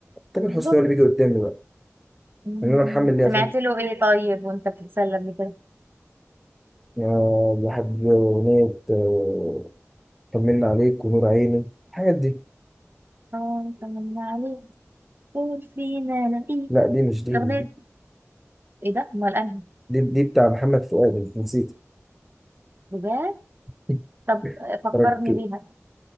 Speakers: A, in the centre; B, on the right (about 45°).
A: تامر
B: بالظبط
A: حسني هو اللي بيجي قدامي بقى
B: مم.
A: ان انا محمل ليه
B: سمعت
A: افلام كتير.
B: له ايه طيب وانت بتتسلى قبل كده
A: يعني بحب اغنيه آه، طمنا عليك ونور عيني الحاجات دي
B: اه طمنا عليك قول فينا لقيك
A: لا دي مش دي
B: الاغنية
A: دي,
B: دي- ايه ده امال انا
A: دي, دي بتاع محمد فؤاد انت نسيت
B: بجد
A: <laughs>
B: طب فكرني
A: ركز
B: بيها